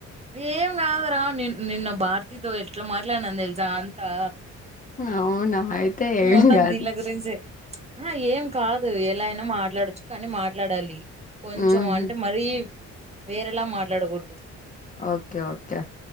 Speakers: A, on the right; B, on the left.
A: ఏం కాదురా ని నిన్న భారతితో ఎట్లా మాట్లాడిననో తెలుసా అంతా
B: అవునా అయితే ఏం
A: మొత్తాం
B: కాదు
A: దీనిల గురించే ఆ ఏం కాదు ఎలా, అయినా మాట్లాడచ్చు కానీ మాట్, మాట్లాడాలి కొంచెం
B: ఊహూ
A: అంటే, మరీ వేరేలా మాట్లాడకూడదు.
B: ఓకే ఓకే